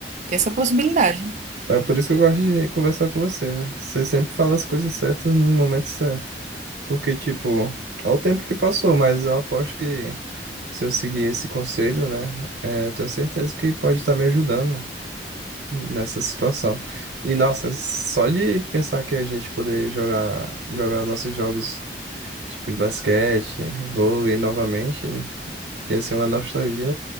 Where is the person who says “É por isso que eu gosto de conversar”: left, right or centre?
Right